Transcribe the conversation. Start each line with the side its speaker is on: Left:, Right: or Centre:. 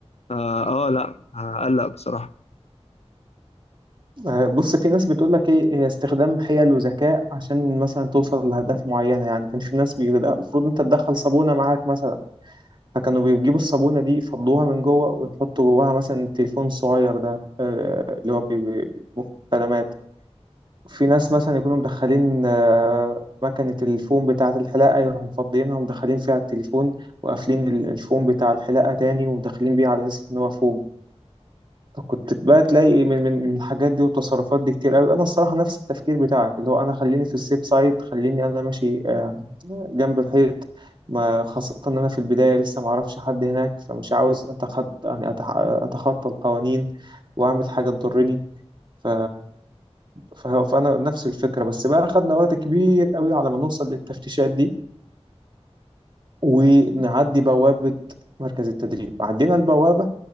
Left: اه, آه لا هقلق بصراحه
Right: آه، بص في ناس بتقول لك ايه هي استخدام حيل وذكاء عشان مثلا توصل لأهداف معينة يعني كان في ناس بيقول لأ، المفروض انت تدخل صابونة معاك مثلا فكانوا بيجيبوا الصابونة دي يفضوها من جوه ويحطوا جواها مثلا التليفون الصغير ده آه، اللي هو بي- بي- مكالمات في ناس مثلا يكونوا مدخلين آه، مكنة الفوم بتاعة الحلاقة يروحوا مفضيينها ومدخلين فيها التليفون وقافلين ال- الفوم بتاع الحلاقة تاني ومدخلين بيه على أساس إن هو فوم كنت بقى تلاقي من من من الحاجات دي والتصرفات دي كتير قوي انا الصراحه نفس التفكير بتاعك اللي هو انا خليني في السيف سايد خليني انا ماشي آه، جنب الحيط ما خاصه ان انا في البدايه لسه ما اعرفش حد هناك فمش عاوز اتخطى يعني أتح- اتخطى القوانين واعمل حاجه تضرني ف ف- فانا نفس الفكره بس بقى خدنا وقت كبير قوي على ما نوصل للتفتيشات دي ونعدي بوابه مركز التدريب عدينا البوابه